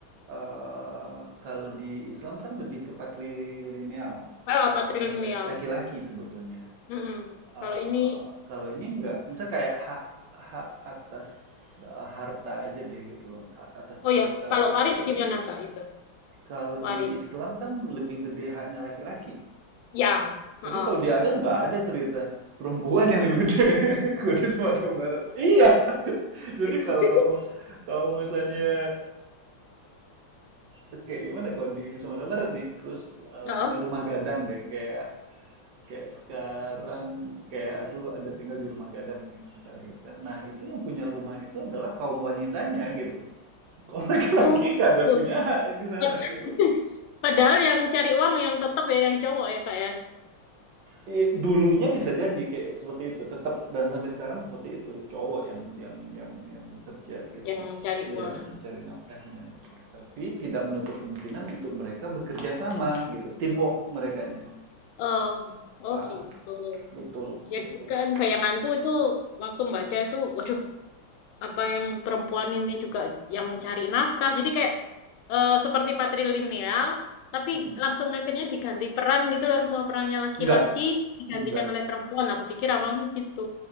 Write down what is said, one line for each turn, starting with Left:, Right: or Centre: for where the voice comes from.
Right: eh, kalau di Islam kan lebih ke patrilineal,
Left: Ah, patrilineal.
Right: laki-la- laki-laki sebetulnya.
Left: Mm-mm. Kalau
Right: Eh,
Left: ini,
Right: kalau ini enggak, misal kayak hak hak atas eh, harta aja deh gitu loh, hak atas
Left: oh
Right: harta
Left: ya, kalau
Right: itu
Left: waris
Right: aja.
Left: gimana Kak itu?
Right: Kalau
Left: Waris.
Right: di Islam kan lebih gede haknya laki-laki.
Left: Ya. Heeh.
Right: Tapi kalau di adat nggak ada cerita perempuan yang lebih gede. <laughs> Gede Sumatera Barat. Iya. <laughs> Jadi
Left: <laughs>
Right: kalau kamu kamu misalnya eh kayak gimana kalau di Sumatera Barat nih, terus eh,
Left: Heeh.
Right: punya rumah gadang deh, kayak kayak sekarang kayak aku ada tinggal di rumah gadang nih, misalnya gitu kan. Nah, itu yang punya rumah itu adalah kaum wanitanya gitu. Kalau laki-laki
Left: Oh,
Right: nggak ada
Left: tuh.
Right: punya hak di sana
Left: Pad-
Right: gitu.
Left: Padahal yang cari uang yang tetap ya yang cowok ya Kak ya,
Right: Iya, dulunya bisa jadi kayak seperti itu tetap dan sampai sekarang seperti itu cowok yang yang yang yang bekerja gitu
Left: yang cari
Right: ya
Left: uang.
Right: mencari nafkahnya gitu tapi tidak menutup kemungkinan untuk mereka bekerja sama gitu teamwork merekanya
Left: Oh, oh
Right: Ah,
Left: gitu.
Right: ah, betul
Left: Jadi
Right: betul
Left: kan bayanganku itu waktu membaca itu, waduh, apa yang perempuan ini juga yang cari nafkah. Jadi kayak eh, seperti patrilineal, tapi
Right: Mm.
Left: langsung akhirnya diganti peran gitu loh semua perannya laki-laki
Right: enggak
Left: digantikan
Right: enggak
Left: oleh perempuan. Aku pikir awalnya gitu.